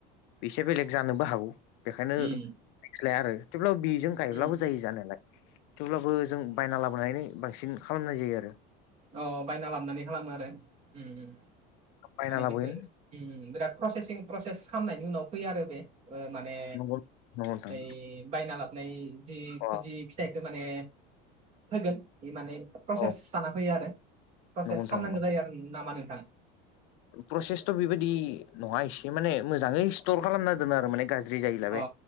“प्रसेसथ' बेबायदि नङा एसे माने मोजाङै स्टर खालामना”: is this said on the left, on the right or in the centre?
Left